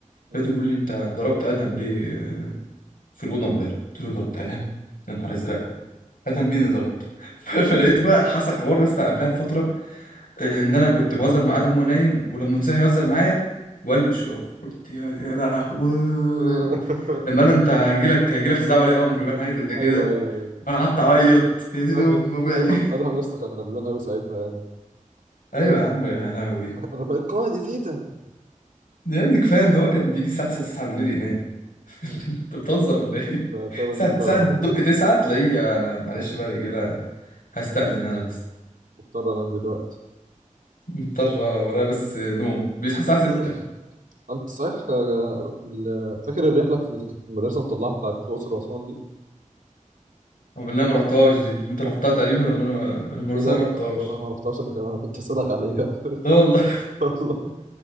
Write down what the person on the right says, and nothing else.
مم.
<laughs>
ايوه ايوه ايوه
ادهم
ادهم ادهم يسطا كان غلبان قوي ساعتها يعني
فاهم
<laughs> انا بقيت قائد يا تيتا
مم.
ده فعلا
دي كفايه
لوحدها
مضطر انام دلوقتي
<laughs>
انت صحيح آه، ال- فاكر الرحله اللي كانت المدرسه مطلعه بتاعت الاقصر واسوان دي
ايه ده انت
انا ما رحتهاش انا كمان انا كنت اسالك عليها
<laughs> والله